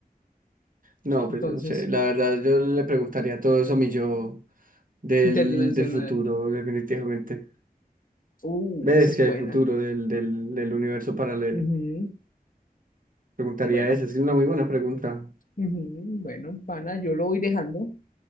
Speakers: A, on the right; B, on the left.
A: No, pues
B: entonces,
A: no sé. La verdad, yo le preguntaría todo eso a mi yo del,
B: interdimensional.
A: del futuro, definitivamente.
B: Uh,
A: ¿Ves
B: esa es
A: que
B: buena.
A: el futuro del, del, del universo paralelo?
B: Ujú,
A: Preguntaría
B: Bueno,
A: eso. Es una muy buena pregunta.
B: ujú, bueno, pana, yo lo voy dejando.